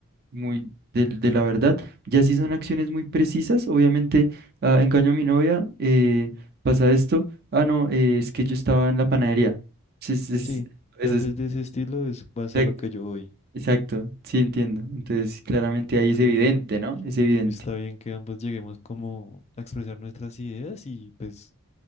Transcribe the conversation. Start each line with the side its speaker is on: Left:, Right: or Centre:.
Right: muy de, de la verdad. Ya si son acciones muy precisas, obviamente, ah, engaño a mi novia, eh, pasa esto. Ah, no, eh, es que yo estaba en la panadería. Sí, sí, es-
Left: Sí,
Right: eso
Left: tal
Right: es
Left: vez de ese estilo es más
Right: correcto.
Left: a lo que yo voy.
Right: Exacto, sí entiendo. Entonces, claramente ahí
Left: Ok,
Right: es evidente,
Left: bueno,
Right: ¿no? Es evidente.
Left: está bien que ambos lleguemos como a expresar nuestras ideas y pues